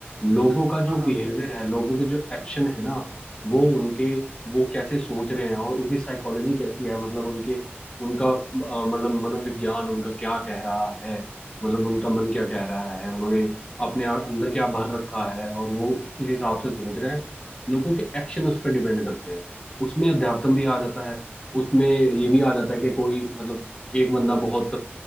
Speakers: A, on the left; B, on the right.
A: लोगों का जो
B: हाँ
A: बिहेवियर
B: हाँ बताइए
A: है लोगों के जो एक्शन है ना वो उनके वो कैसे सोच रहे हैं और उनकी साइकोलॉजी कैसी है मतलब उनके उनका अ, मतलब मनोविज्ञान उनका क्या कह रहा है मतलब उनका मन क्या कह रहा है उन्होंने अपने आ- अंदर क्या भर रखा है और वो किस हिसाब से सोच रहे हैं लोगों के एक्शन उस पर डिपेंड करते हैं उसमें अध्यात्म भी आ जाता है उसमें ये भी आ जाता है कि कोई मतलब एक बंदा बहुत